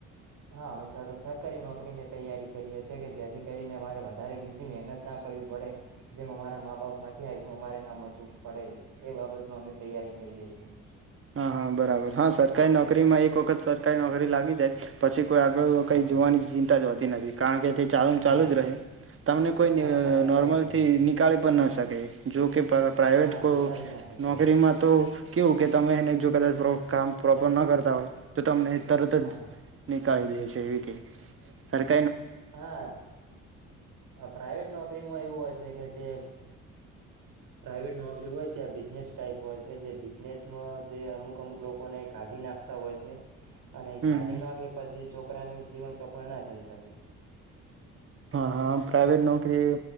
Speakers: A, on the right; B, on the right.
A: હા અમે સરકારી નોકરીની તૈયારી કરીએ છીએ કે જેથી કરીને અરે વધારે બીજી મહેનત ના કરવી પડે જેમ અમારા મા બાપ નથી આવ અમારે ના મવું પડે એ બાબતમાં અમે તૈયારી કરીએ છીએ.
B: હા હા બરાબર હા સરકારી નોકરીમાં એક વખત સરકારી નોકરી લાગી જાય પછી કોઈ આગળ
A: હા
B: કંઈ
A: હા
B: જોવાની ચિંતા જ નતી નથી કારણ કે તે ચાલુ
A: હા
B: ચાલુ જ રહે તમને કોઈ
A: હા ચાલુ
B: નોર્મલથી
A: ચાલુ રહે
B: નીકળી પણ ન શકે. જો કે પર પ્રાાઈવેટ
A: હા
B: કો
A: નિકાલી ના શકે
B: નોકરીમાં તો કેવ કે તમે એને જો કદાચ કામ પ્રોપર ન કરતા હોય તો તમને તરત જ
A: હા હા
B: નીકાળી દે છે એવી સરાર
A: હા પ્રાઈવેટ નોકરીમાં એવું હોય છે કે જે પ્રાાઈવેટ નોકરી હોય ત્યાં બિઝનેસ ટાઈપ હોય છે જે બિઝનેસમાં જે અમુક અમુક લોકોને કાઢી નાખતા હોય છે. અને
B: હમ
A: ગાડી નાખે પછી ચો છોકરા ન જીવન સફળ ના થઈ શકે.
B: હા હા પ્રઇવેટ નોકરી